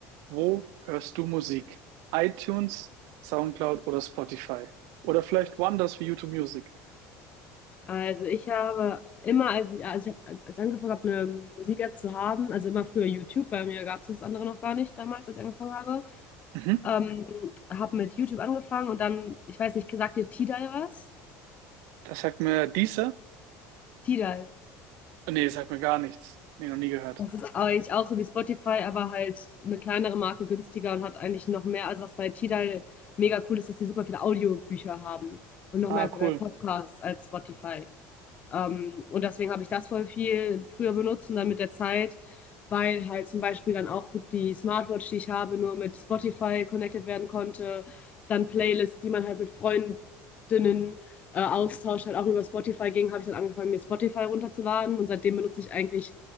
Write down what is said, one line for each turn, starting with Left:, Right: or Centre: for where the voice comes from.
Right: Wo hörst du Musik? iTunes, SoundCloud oder Spotify? Oder vielleicht woanders wie YouTube Music?
Left: Also ich habe immer, als ich, also ich hab, als als ich angefangen habe, eine Musik-App zu haben, also immer früher YouTube, bei mir gab es das andere noch gar nicht damals, als ich angefangen habe,
Right: Mhm.
Left: ähm, habe mit YouTube angefangen und dann, ich weiß nicht, sagt dir Tidal was?
Right: Das sagt mir dieser?
Left: Tidal.
Right: Nee, das sagt mir gar nichts. Nee, noch nie gehört.
Left: Das ist eigentlich auch so wie Spotify, aber halt eine kleinere Marke günstiger und hat eigentlich noch mehr, also was bei Tidal mega cool ist, dass die super viele Audiobücher haben und noch
Right: Ah,
Left: mehr
Right: cool.
Left: mehr Podcasts als Spotify. Ähm, und deswegen habe ich das voll viel früher benutzt und dann mit der Zeit, weil halt zum Beispiel dann auch die Smartwatch, die ich habe, nur mit Spotify connected werden konnte. Dann Playlists, die man halt mit Freundinnen äh, austauscht, halt auch über Spotify ging, habe ich dann angefangen, mir Spotify runterzuladen. Und seitdem benutze ich eigentlich